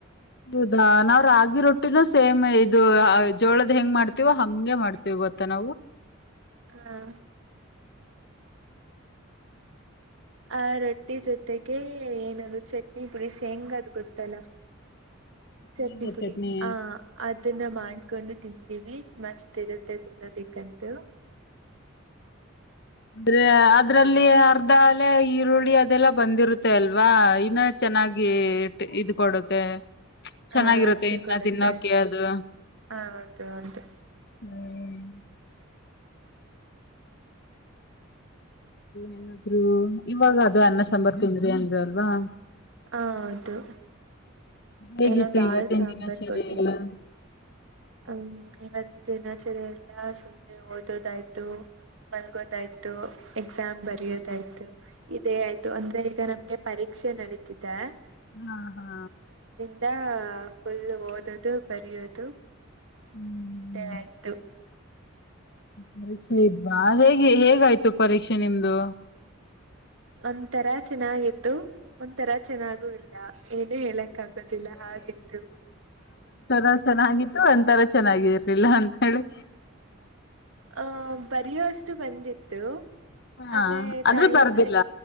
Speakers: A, on the left (about 55°); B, on the right (about 70°).
A: ಹೌದಾ ನಾವ್ ರಾಗಿ ರೊಟ್ಟಿನೂ ಸೇಮ್ ಇದು ಜೋಳದ್ ಹೆಂಗ್ ಮಾಡ್ತೀವ ಹಂಗೆ ಮಾಡ್ತಿವ ಗೊತ್ತಾ ನಾವು
B: ಹಾ ಆ ರೊಟ್ಟಿ ಜೊತೆಗೆ ಏನದು ಚಟ್ನಿ ಪುಡಿ ಶೆಂಗದು ಗೊತ್ತಲ್ಲ ಚೆಟ್ನಿ
A: ಹೆಂಗೆ
B: ಪುಡಿ
A: ಚಟ್ನಿ
B: ಹ ಅದನ್ನ ಮಾಡ್ಕೊಂಡು ತಿಂತೀವಿ ಮಸ್ತ್ ಇರುತ್ತೆ ತಿನದಿಕ್ಕಂತು
A: ಅಂದ್ರೆ ಅದ್ರಲ್ಲಿ ಅರ್ಧ ಅಲೆ ಈರುಳ್ಳಿ ಅದೆಲ್ಲ ಬಂದಿರುತ್ತೆ ಅಲ್ವಾ ಇನ್ನ ಚೆನ್ನಾಗಿ ಇದ ಕೊಡುತ್ತೆ ಚೆನ್ನಾಗಿರುತ್ತೆ
B: ಆ ರುಚಿ
A: ಇನ್ನ
B: ಕೊಡುತ್ತೆ
A: ತಿನ್ನೋಕೆ ಅದು
B: ಹ ಹೌದು ಹೌದು
A: ಹ್ಮ್ ಏನಾದ್ರು ಇವಾಗ ಅದು ಅನ್ನ ಸಾಂಬಾರ ತಿಂದ್ರಿ ಅಂದ್ರಿ ಅಲ್ವಾ
B: ಹ ಹೌದು
A: ಹೇಗಿತ್ತು
B: ಏನೋ ದಾಲ್
A: ಇವತ್ತಿನ
B: ಸಾಂಬಾರ್
A: ದಿನಚರಿ
B: ಕೊಟ್ಟಿದ್ರು
A: ಎಲ್ಲ
B: ಹ್ಮ್ ಇವತ್ತ ದಿನಾಚರಿ ಎಲ್ಲ ಸುಮ್ಮ್ನೆ ಓದೋದಾಯ್ತು ಮಲ್ಗೋದಾಯ್ತು ಎಕ್ಸಾಮ್ ಬರಯೋದಾಯ್ತು ಇದೇ ಆಯ್ತು ಅಂದ್ರೆ ಈಗ ನಮ್ಗೆ ಪರೀಕ್ಷೆ ನಡೀತಿದೆ
A: ಹಾ ಹಾ
B: ದಿನಾ ಫುಲ್ ಓದದು ಬರಿಯೋದು
A: ಹ್ಮ್
B: ಇದೇ ಆಯ್ತು
A: ಪರೀಕ್ಷೆ ಇದವಾ ಹ ಹೇಗೆ ಹೇಗಾಯ್ತು ಪರೀಕ್ಷೆ ನಿಮ್ದು
B: ಒಂತರಾ ಚೆನ್ನಾಗಿತ್ತು ಒ ತರ ಚೆನ್ನಾಗೂ ಇಲ್ಲ ಏನೇ ಹೇಳಕ್ ಆಗೋದಿಲ್ಲ ಹಾಗಿತ್ತು
A: ರ ಚೆನ್ನಾಗಿತ್ತು ಒಂತರ ಚೆನ್ನಾಗಿರ್ಲಿಲ್ಲ ಅಂತ ಹೇಳಿ
B: ಆಹ್ ಬರೆಯುವಷ್ಟು ಬಂದಿತ್ತು
A: ಹಾ
B: ಆದ್ರೆ
A: ಆದ್ರೆ
B: ಟೈಮ್
A: ಬರ್ದಿಲ್ಲ